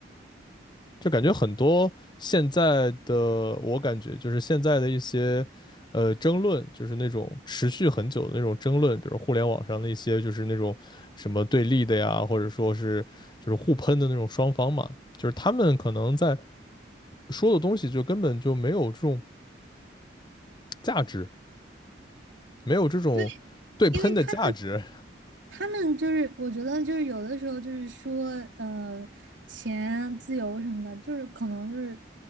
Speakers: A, on the left; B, on the right.
A: 就感觉很多现在的，我感觉就是现在的一些呃争论，就是那种持续很久的那种争论，比如互联网上的一些就是那种什么对立的呀，或者说是就是互喷的那种双方嘛，就是他们可能在说的东西就根本就没有这种价值，没有这种对喷的价值。
B: 对，因为他他们就是，我觉得就是有的时候就是说，嗯、钱自由什么的，就是可能就是